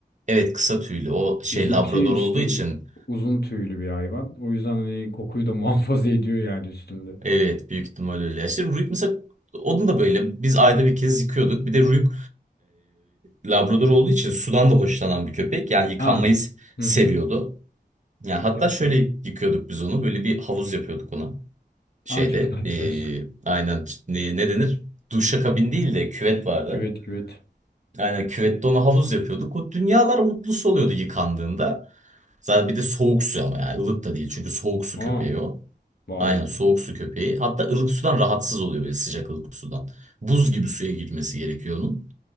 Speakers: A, on the right (about 45°); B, on the left (about 70°).
A: Evet kısa tüylü. O şey
B: Bizimki
A: Labrador
B: işte
A: olduğu için
B: u- uzun tüylü bir hayvan. O yüzden hani kokuyu da <laughs> muhafaza ediyor yani üstünde.
A: Evet büyük ihtimal öyle. İşte Ruik mesela onun da böyle biz ayda bir kez yıkıyorduk. Bir de Ruik e, Labrador olduğu için sudan da hoşlanan bir köpek. Yani yıkanmayı
B: Ha.
A: s-
B: Hı
A: seviyordu.
B: hı.
A: Yani hatta
B: Evet
A: şöyle
B: evet.
A: yıkıyorduk biz onu. Böyle bir havuz yapıyorduk ona. Şeyde
B: Aa çok tatlı.
A: e, aynen ne, ne denir? Duşakabin değil de küvet vardı.
B: <laughs> Küvet küvet.
A: Yani küvette ona havuz yapıyorduk. O dünyalar mutlusu oluyordu yıkandığında. Zaten bir de soğuk su ama yani ılık da değil. Çünkü soğuk su
B: Aa,
A: köpeği o.
B: vay
A: Aynen
B: be.
A: soğuk su köpeği. Hatta ılık sudan rahatsız oluyor böyle sıcak ılık sudan. Buz gibi suya girmesi gerekiyor onun.